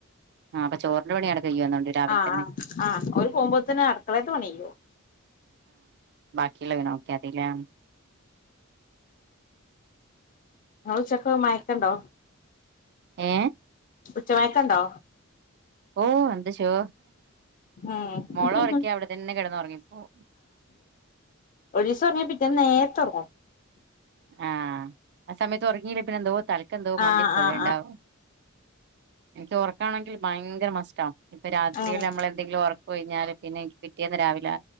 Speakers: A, on the right; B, on the left.
A: ആഹ് അപ്പൊ ചോറിന്റെ പണി അവിടെ കഴിയുന്നുണ്ട് രാവിലെ
B: ആ ആ
A: തന്നെ
B: ആ അവരു പോമ്പോത്തനും അടുക്കളെയ്ത്തെ പണികയ്യും.
A: <inaudible> <inaudible> എതിലാ
B: അവിടെ ചക്കയും, മാങ്ങയും യൊക്കൊണ്ടോ?
A: ഏ?
B: ഉച്ചമയക്കൊണ്ടോ?
A: ഓ എന്തുശുവ
B: ഉം
A: മോളെ ഒറക്കി അവിടെത്തന്നെ കെടന്നൊറങ്ങിപ്പോകും
B: ഒര് ദിവസം ഉറങ്ങിയാൽ പിറ്റേന്ന്‌ നേരത്ത ഒറങ്ങും.
A: ആഹാ ആ സമയത്ത് ഒറങ്ങിലേ പിന്നെന്തോ തലക്കെന്തോ മന്തിപ്പ്പ്പോല
B: ആഹ് ആഹ്
A: ഉണ്ടാവും. എനിക്ക് ഒറക്കാണെങ്കിൽ ഭയങ്കര മസ്റ്റാ. രാത്രില്
B: ആഹ്
A: നമ്മളെന്തെങ്കിലും ഒറക്കൊഴിഞ്ഞാല് പിന്നെനിക്ക് പിറ്റേന്ന് രാവില് ല്ല